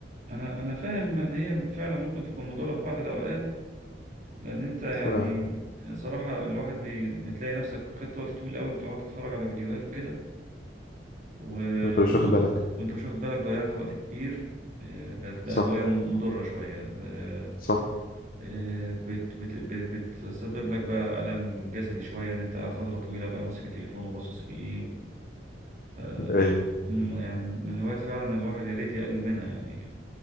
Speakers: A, on the right (about 45°); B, on the left (about 50°).
A: أنا أنا فاهم إن هي فعلا ممكن تكون مضرة في بعض الأوقات لأن أنت يعني
B: ف-
A: صراحة الواحد بي- بتلاقي نفسك خدت وقت طويل قوي بتقعد تتفرج على فيديوهات وكده و...
B: أنت مش
A: و...
B: واخد بالك
A: وانت مش واخد بالك ضيعت وقت كتير آه، بقت
B: صح
A: بقى هواية م- مضرة شوية آه،
B: صح
A: آه، بت... بت... بت... بتسبب لك بقى ألم جسدي شوية إن أنت قاعد فترة طويلة بقى ماسك التليفون وباصص فيه آه،
B: أيوه
A: مم، يعني من الهوايات فعلا الواحد يا ريت يقلل منها يعني